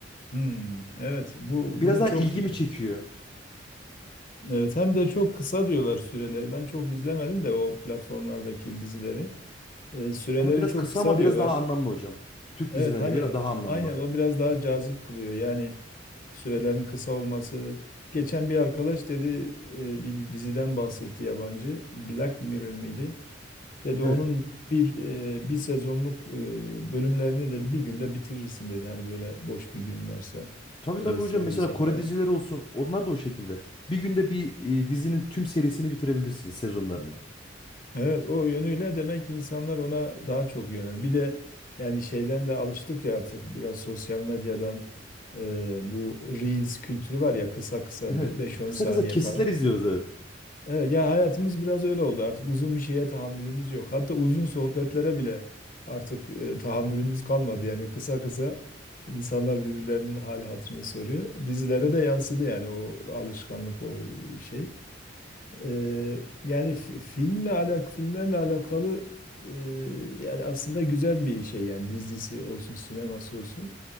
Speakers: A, on the left; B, on the left.
A: Hmm, evet bu
B: Biraz
A: bunu
B: daha
A: çok
B: ilgimi
A: duydum.
B: çekiyor.
A: Evet hem de çok kısa diyorlar süreleri. Ben çok izlemedim de o platformlardaki dizileri. Ee, süreleri
B: Ama biraz
A: çok
B: kısa
A: kısa
B: ama
A: diyorlar.
B: biraz daha anlamlı hocam. Türk
A: Evet
B: dizilerine
A: hani
B: göre daha anlamlı.
A: aynen o biraz daha cazip kılıyor. Yani sürelerin kısa olması. Geçen bir arkadaş dedi e, bir diziden bahsetti yabancı. Black Mirror miydi? Dedi
B: Evet.
A: onun bir e, bir sezonluk e, bölümlerini dedi bir günde bitirirsin dedi. Yani böyle boş bir günün varsa
B: Tabii
A: öyle
B: tabii hocam
A: seviyorsan
B: mesela Kore
A: falan.
B: dizileri olsun onlar da o şekilde. Bir günde bir e, dizinin tüm serisini bitirebilirsiniz sezonlarını.
A: Evet o yönüyle demek ki insanlar ona daha çok yönel. Bir de yani şeyden de alıştık ya artık biraz sosyal medyadan e, bu Reels kültürü var ya kısa kısa
B: Evet.
A: bi- 5-10
B: Kısa
A: saniye
B: kısa kesitler
A: falan.
B: izliyoruz evet.
A: Evet, ya hayatımız biraz öyle oldu artık uzun bir şeye tahammülümüz yok. Hatta uzun sohbetlere bile artık e, tahammülümüz kalmadı. Yani kısa kısa insanlar birbirlerinin hal hatırını soruyor. Dizilere de yansıdı yani o alışkanlık o e, şey. Ee, yani fi- filmle alak filmlerle alakalı e, yani aslında güzel bir şey yani dizisi olsun sineması olsun